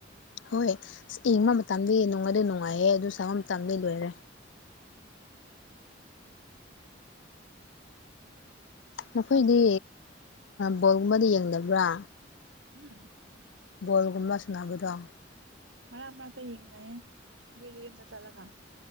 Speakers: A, on the left; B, on the right.
A: ꯍꯣꯏ ꯏ ꯇꯝꯕꯤꯌꯦ ꯅꯨꯡꯃꯗꯤ ꯅꯨꯡꯉꯥꯏꯍꯦ ꯑꯗꯨ ꯁꯥꯕ ꯇꯝꯕꯤ ꯂꯣꯏꯔꯦ ꯅꯈꯣꯏꯗꯤ
B: ꯍꯧꯖꯤꯛ
A: ꯕꯣꯜꯒꯨꯝꯕꯗꯤ ꯌꯦꯡꯗꯕ꯭ꯔꯥ
B: ꯍ
A: ꯕꯣꯜꯒꯨꯝꯂ ꯁꯅꯥꯗꯦꯗꯥ
B: ꯃꯔꯛ ꯃꯔꯛꯇ ꯌꯦꯡꯅꯌꯦ ꯃꯤꯒꯤ ꯌꯨꯝꯗ ꯆꯠꯂꯒ